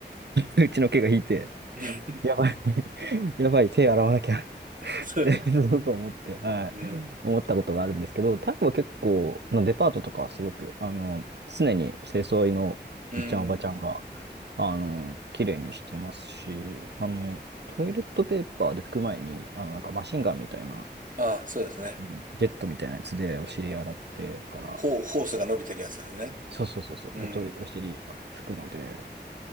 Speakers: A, on the right; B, on the right.
A: <laughs> うちの毛が引いて、
B: <laughs> うん
A: やばい、<laughs> やばい、手洗わなきゃ
B: そう。
A: <laughs> ってすごく思って、はい、
B: うん。
A: 思ったことがあるんですけど、タイは結構、のデパートとかはすごく、あの、常に清掃員のおじちゃん、
B: うん。
A: おばちゃんが、あの、綺麗にしてますし、あの、トイレットペーパーで拭く前に、あの、なんかマシンガンみたいな、
B: ああ、そうですね。
A: あのジェットみたいなやつでお尻洗ってから、
B: ほほう、ホースが伸びてるやつですね。
A: そうそうそうそう、
B: うん。
A: で、トイレ、お尻あ拭くので、